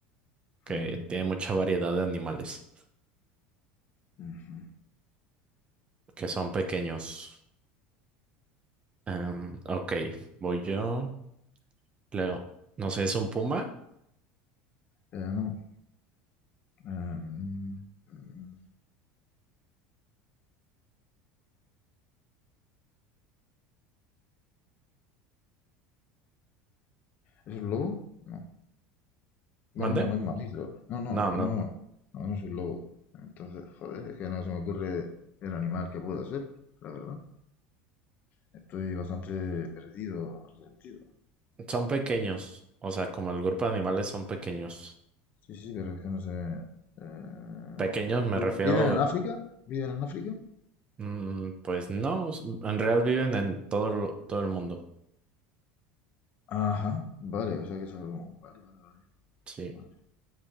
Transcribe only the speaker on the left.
Ujú,
ujú.
Eh, no. em, mm, ¿es un lobo? No. Bueno,
no, no es mamífero. No, no,
que
no. No, no es un lobo. Entonces, joder, es que no se me ocurre el animal que pueda ser, la verdad. Estoy bastante perdido en ese sentido.
Sí, sí, pero es que no sé. eh,
¿vi-
¿Viven en África? ¿Viven en África?
Ajá, vale, o sea que es algo como- Vale, vale, vale,
vale.